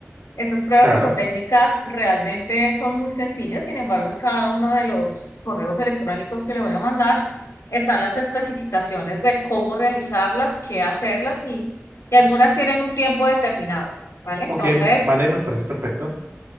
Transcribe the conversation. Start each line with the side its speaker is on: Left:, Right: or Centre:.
Left: estas pruebas
Right: claro.
Left: psicotécnicas realmente son muy sencillas, sin embargo, en cada uno de los correos electrónicos que le voy a mandar están las especificaciones de cómo realizarlas, qué hacerlas y, y algunas tienen un tiempo determinado, ¿vale? Entonces,
Right: Ok, vale, me parece perfecto.